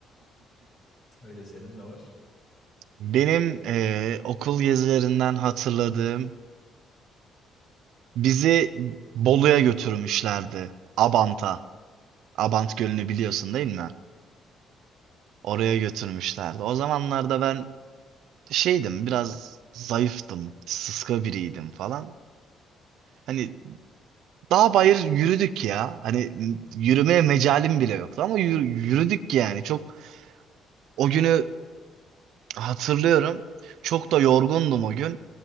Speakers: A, on the left; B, on the right.
A: Öyle senin de var.
B: Benim eee, okul gezilerinden hatırladığım bizi Bolu'ya götürmüşlerdi. Abant'a. Abant Gölü'nü biliyorsun değil mi? Oraya götürmüşlerdi. O zamanlarda ben şeydim biraz zayıftım, sıska biriydim falan. Hani dağ bayır yürüdük ya. Hani m- yürümeye mecalim bile yoktu ama yür- yürüdük yani. Çok o günü hatırlıyorum. Çok da yorgundum o gün.